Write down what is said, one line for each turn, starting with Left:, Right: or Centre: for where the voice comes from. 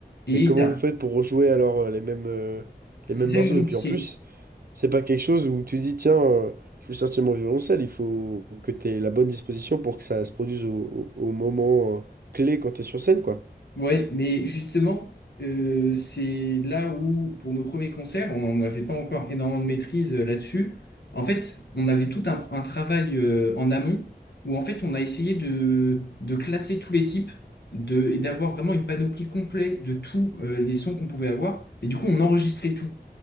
Left: Et
Right: Mais comment
Left: t'as-
Right: vous faites pour rejouer alors euh, les mêmes, euh, les
Left: c'est
Right: mêmes
Left: ça
Right: morceaux?
Left: qui est compliqué.
Right: Et puis en plus, c'est pas quelque chose où tu dis, tiens, euh, je veux sortir mon violoncelle, il faut que tu aies la bonne disposition pour que ça se produise au, au- au moment euh, clé quand tu es sur scène, quoi.
Left: Ouais, mais justement, euh, c'est là où, pour nos premiers concerts, on n'avait pas encore énormément de maîtrise euh, là-dessus. En fait, on avait tout un, un travail euh, en amont où, en fait, on a essayé de, de classer tous les types de, et d'avoir vraiment une panoplie complète de tous euh, les sons qu'on pouvait avoir. Et du coup, on enregistrait tout.